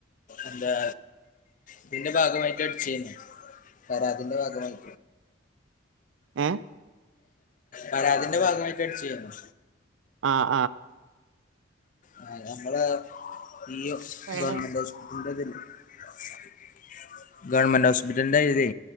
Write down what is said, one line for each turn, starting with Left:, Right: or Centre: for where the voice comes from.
Left: എന്താ ഇതിന്റെ ഭാഗമായിട്ട് അടിച്ചുന്ന പരാതിന്റെ ഭാഗമായി
Right: ഏ
Left: പരാതിന്റെ ഭാഗമായിട്ട് അടിച്ച്യന്ന
Right: ആഹ്
Left: ആഹ നമ്മള് <unintelligible> ഈ
Right: ആഹ്
Left: ഗവൺമെന്റ് ഹോസ്പിറ്റലിന്റെതില് <unintelligible> ഗവൺമെന്റ് ഹോസ്പിറ്റലിന്റെ ഇതേ